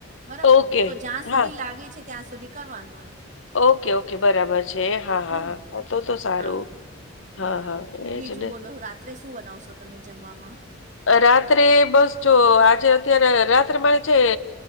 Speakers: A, on the right; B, on the left.
A: બરાબર
B: ઓકે.
A: ને તો જ્યાં સુધી
B: હા.
A: લાગે છે ત્યાં સુધી કરવાનું એમ
B: ઓકે ઓકે બરાબર છે હા હા
A: હે ને
B: તો તો સારું
A: હા
B: હા,
A: બરાબર
B: હા. એ
A: બીજું
B: જ ને.
A: બોલો રાત્રે શું બનાવશો તમે જમવામાં
B: રાત્રે બસ જો આજે અત્યારે રાત્રે મારે છે